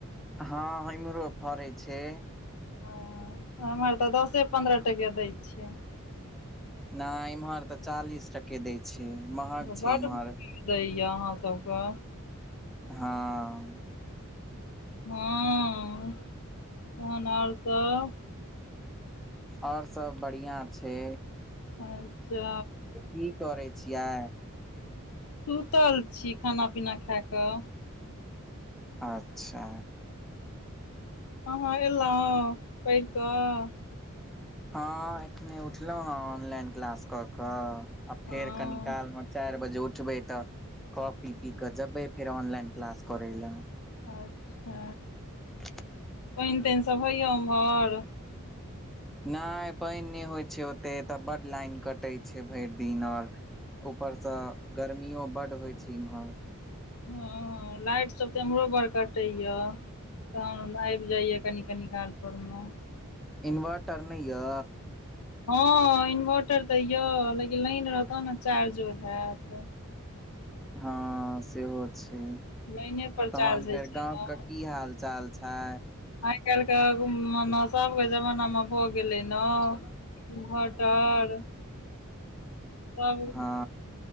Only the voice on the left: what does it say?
हॅं हम आर तऽ दसे पंन्द्रह टके दै छियै
बड्ड
महॅंग दै या अहाँ सबके
हँ तहन आर सब
अच्छा
सुतल छी खाना पीना खा कऽ
अहाँ एलौं पढ़ि कऽ
हँ
अच्छा
पानि तानि सभ होइया उम्हर
हँ लाइट सब तऽ एम्हरो बड़ कटै या तहन आबि जाइए कनी कनी कालपरमे
हँ इन्वर्टर तऽ यऽ लेकिन लाइन रहत तऽ ने चार्जो हैत
लाइने पर
चार्ज होइ
छै
ने
आइ काल्हिके मने सभके जमानामे भऽ गेलै ने इन्भर्टर तब